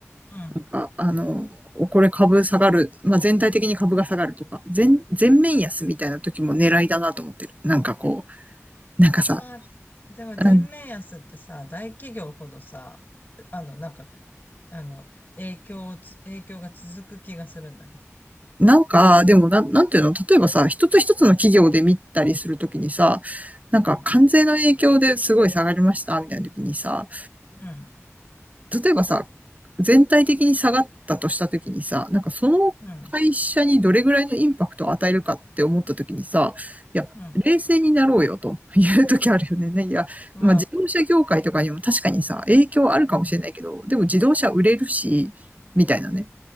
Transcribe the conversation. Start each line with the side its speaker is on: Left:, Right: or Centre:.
Left: うん。
Right: なんか、あの、これ株下がる、まあ、全体的に株が下がるとか、全、全面安みたいな時も狙いだなと思ってる。なんかこう、なんかさ、
Left: まあ、でも全面安ってさ、
Right: うん、
Left: 大企業ほどさ、あの、なんかあの、影響をつ、影響が続く気がするんだけど。
Right: なんか、でもな、なんていうの、例えばさ、一つ一つの企業で見たりするときにさ、なんか関税の影響ですごい下がりました、
Left: うん、
Right: みたいなときにさ、
Left: うん、
Right: 例えばさ、全体的に下がったとしたときにさ、なんかその会社にどれぐらいのインパクトを与えるかって思ったときにさ、
Left: うん、
Right: いや、
Left: うん。
Right: 冷静になろうよと <laughs> いうときあるよね。ねいや、
Left: まあ、
Right: まあ、自動車業界とかにも確かにさ、影響あるかもしれないけど、
Left: うん
Right: でも自動車売れるし、みたいなね。